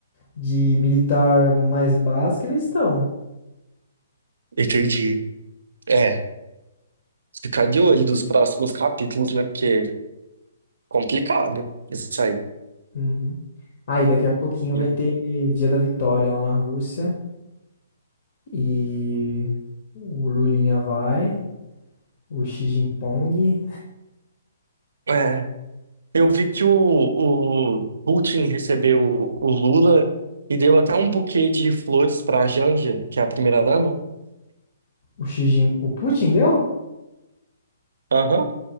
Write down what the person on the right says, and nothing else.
Entendi. É, ficar de olho dos próximos capítulos, né? Porque é complicado isso aí,
né?
É, eu vi que o, o Putin recebeu o Lula e deu até um buquê de flores pra Janja, que é a primeira-dama.
Aham,